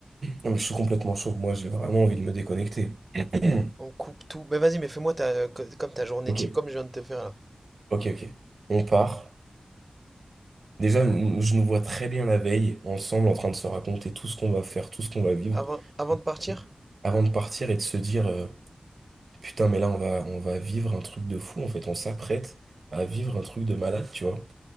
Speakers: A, on the right; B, on the right.
A: Non, mais je suis complètement chaud, moi, j'ai vraiment envie de me déconnecter. <clears throat>
B: On coupe tout. Mais vas-y, mais fais-moi ta, co- comme ta journée
A: Ok,
B: type, comme je viens de te faire là.
A: ok, ok. On part. Déjà, nous- je nous vois très bien la veille, ensemble, en train de se raconter tout ce qu'on va faire, tout ce qu'on va vivre,
B: Avant, avant de partir,
A: Et avant de partir et de se dire, euh, putain, mais là, on va, on va vivre un truc de fou, en fait, on s'apprête à vivre un truc de malade, tu vois.